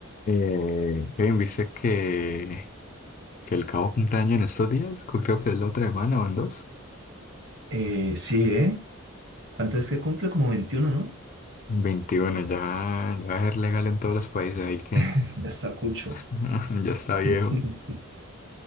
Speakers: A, on the left; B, on the right.
A: Eh, Kevin, ¿viste que, que el Cabo cumpleaños en estos días? Co- Creo que es la otra semana o en dos.
B: Eh, sí, ¿eh? ¿Cuánto es que cumple? Como 21, ¿no?
A: veintiuno ya, ya va a ser legal en todos los países, ahí que
B: <laughs> Ya está cucho.
A: <laughs> ya está viejo.
B: <laughs>